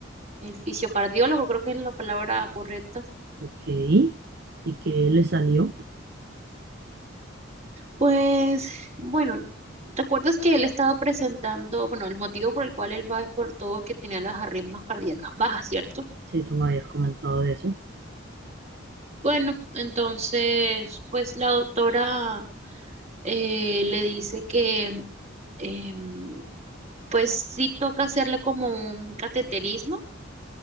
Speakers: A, on the right; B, on the right.
A: el fisiocardiólogo, creo que es la palabra correcta.
B: ok. ¿Y qué le salió?
A: Pues bueno, ¿te acuerdas que él estaba presentando, bueno, el motivo por el cual él va es por todo que tenía las arritmias cardíacas bajas, ¿cierto?
B: Sí, tú me habías comentado de eso.
A: Bueno, entonces, pues la doctora eh, le dice que em, pues sí toca hacerle como un cateterismo